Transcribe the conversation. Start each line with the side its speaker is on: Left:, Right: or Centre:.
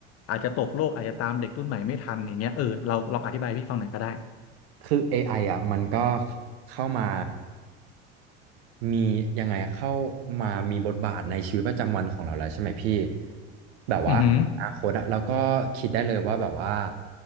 Left: อาจจะตกโลกอาจจะตามเด็กรุ่นใหม่ไม่ทันอย่างเงี้ยเออเราลองอธิบายให้พี่ฟังหน่อยก็ได้
Right: คือ AI อไออ่ะมันก็เข้ามามียังไงเข้ามามีบทบาทในชีวิตประจำวันของเราแล้วใช่ไหมพี่แบบว่าอนาคตอะเราก็คิดได้เลยว่าแบบว่า
Left: อือหือ